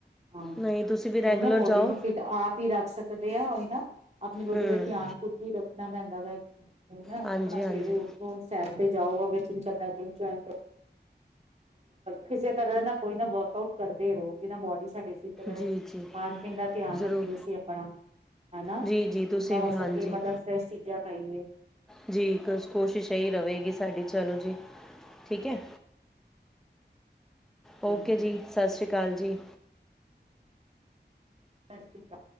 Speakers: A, on the right (about 35°); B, in the centre.
A: ਹਾਂ
B: ਨਈਂ ਤੁਸੀਂ ਵੀ ਰੈਗੂਲਰ
A: ਉਹ ਨਾ ਬੋਡੀ
B: ਜਾਓ।
A: ਨੂੰ ਫਿਟ ਆਪ ਰੱਖ ਸਕਦੇ ਆ ਉਹੀ ਨਾਂ, ਆਪਣੀ ਬੋਡੀ
B: ਹੂੰ
A: ਦਾ ਧਿਆਨ ਖੁਦ ਨੂੰ ਹੀ ਰੱਖਣਾ ਪੈਂਦਾ ਵੈ। ਹੁਣ ਨਾਂ
B: ਹਾਂਜੀ
A: ਆਪਣਾ ਸਵੇਰੇ
B: ਹਾਂਜੀ
A: ਉੱਠੋ ਸੈਰ ਤੇ ਜਾਓ, ਅਗਰ ਜਿੰਮ ਕਰਨਾ ਜਿੰਮ ਜੁਆਇਨ ਕਰੋ। ਕਿਸੇ ਤਰ੍ਹਾਂ ਨਾਲ ਕੋਈ ਨਾਂ ਵਰਕ ਆਊਟ ਕਰਦੇ ਰਹੋ ਜਿਹਦੇ ਨਾਲ ਬੋਡੀ ਸਾਡੀ ਫੇਰ
B: ਜੀ ਜੀ
A: ਖਾਣ-ਪੀਣ ਦਾ ਧਿਆਨ
B: ਜ਼ਰੂਰ
A: ਰੱਖੀਏ ਅਸੀਂ ਆਪਣਾ। ਹਨਾਂ?
B: ਜੀ ਜੀ ਤੁਸੀਂ
A: ਜਿੰਨਾ
B: ਵੀ
A: ਹੋ
B: ਹਾਂਜੀ
A: ਸਕੇ ਮਤਲਬ ਫਰੇਸ਼ ਚੀਜ਼ਾਂ ਖਾਈਏ।
B: ਜੀ ਕੁ ਕੋਸ਼ਿਸ਼ ਇਹੀ ਰਹੇਗੀ, ਸਾਡੀ ਚਲੋ ਜੀ, ਠੀਕ ਐ। ਓਕੇ
A: ਹਾਂਜੀ
B: ਜੀ,
A: ਹਾਂਜੀ
B: ਸਤਿ ਸ਼੍ਰੀ ਅਕਾਲ ਜੀ।
A: ਸਤਿ ਸ਼੍ਰੀ ਅਕਾਲ।